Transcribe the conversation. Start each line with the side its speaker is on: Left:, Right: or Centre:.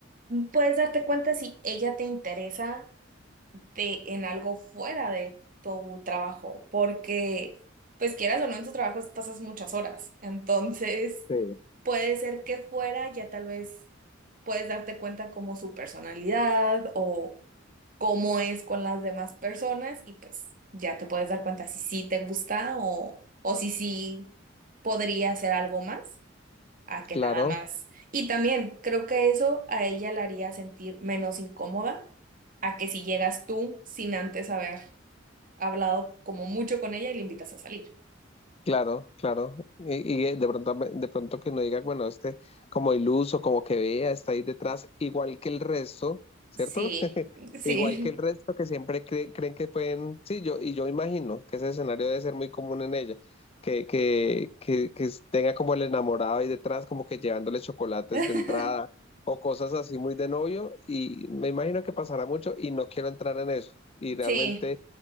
Right: Puedes darte cuenta si ella te interesa de, en algo fuera de tu trabajo, porque, pues quieras o no, en tu trabajo pasas muchas horas. Entonces,
Left: Sí.
Right: puede ser que fuera ya tal vez puedes darte cuenta como su personalidad o cómo es con las demás personas y pues ya te puedes dar cuenta si sí te gusta o, o si sí podría hacer algo más a que
Left: Claro.
Right: nada más. Y también creo que eso a ella la haría sentir menos incómoda a que si llegas tú sin antes haber hablado como mucho con ella y le invitas a salir.
Left: Claro, claro. Y, y eh, de pronto, de pronto que no diga, bueno, este como iluso, como que vea, está ahí detrás, igual que el resto, ¿cierto?
Right: Sí,
Left: <laughs>
Right: sí,
Left: Igual que el resto que siempre cre- creen que pueden, sí, yo, y yo imagino que ese escenario debe ser muy común en ella, que, que, que, que tenga como el enamorado ahí detrás, como que llevándole chocolates
Right: <laughs>
Left: de entrada o cosas así muy de novio, y me imagino que pasará mucho y no quiero entrar en eso. Y realmente...
Right: sí.